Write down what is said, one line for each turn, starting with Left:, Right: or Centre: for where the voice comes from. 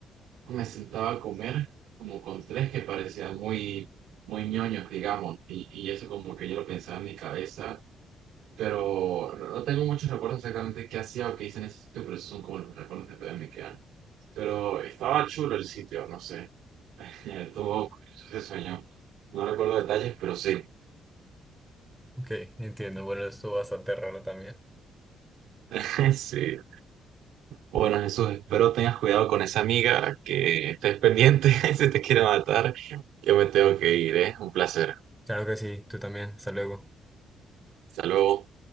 Right: me sentaba a comer como con tres que parecían muy, muy ñoños, digamos, y, y eso como que yo lo pensaba en mi cabeza, pero no tengo muchos recuerdos exactamente qué hacía o qué hice en ese sitio, pero esos son como los recuerdos que todavía me quedan. Pero estaba chulo el sitio, no sé, <laughs> tuvo ese sueño. No recuerdo detalles, pero sí.
Centre: Ok, entiendo. Bueno, estuvo bastante raro también.
Right: <laughs> Sí. Bueno,
Centre: Bueno,
Right: Jesús, espero tengas cuidado con esa amiga que estés pendiente, <laughs> si te quiere matar. Yo me tengo que ir, ¿eh? Un placer.
Centre: claro que sí, tú también. Hasta luego.
Right: Hasta luego.